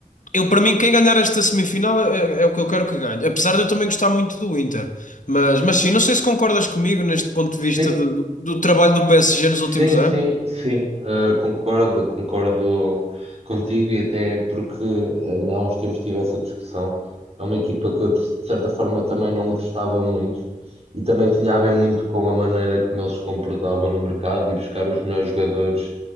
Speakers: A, on the left; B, on the right.
A: eu, para mim, quem ganhar esta semifinal é, é é o que eu quero que ganhe, apesar de eu também gostar muito do Inter. Mas, mas sim, não sei se concordas comigo neste ponto de
B: sim.
A: vista do, do do trabalho do PSG nos
B: Sim,
A: últimos
B: sim,
A: anos.
B: sim, eh, concordo, concordo contigo e até porque ainda há uns tempos tive essa discussão. É uma equipa que eu, de certa forma, também não gostava muito e também tinha a ver muito com a maneira como eles se comportavam no mercado e buscar os melhores jogadores,